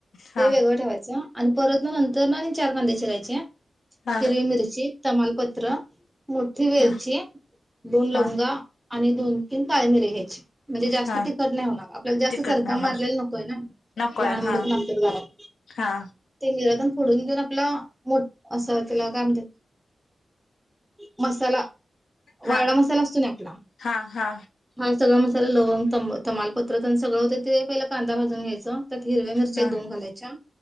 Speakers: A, on the left; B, in the centre.
A: हा
B: ते वेगळं ठेवायचं आणि परत ना नंतर ना आणि चार कांदे शिरायचे
A: हा
B: हिरवी मिरची तमाल प क त्र मोठी बेलची
A: हा
B: बोन लाव
A: हा
B: का आणि दोन तीन ताळमिरीे घ्यायची म्हणजे
A: हा
B: जास्त तिखड नाही होणार आपल्याला जास्त
A: तिखट
B: सरका
A: नाही
B: मारलेला नकोय ना
A: नकोय
B: लहान
A: हा
B: मुलंच नकतात घरात
A: हा
B: ते निरातन फोडून घेऊन आपला मोठ असा त्याला काय म्हणतात मसाला
A: हा
B: वावड मसाला असतो ना आपला
A: हा हा
B: हा सगळा मसा लवंग त तमालपत्र आणि सगळं होते ते पहिला कांदा भाजून घ्यायच हिरव्या मिरच्या
A: हा
B: एक दोन घालायच्या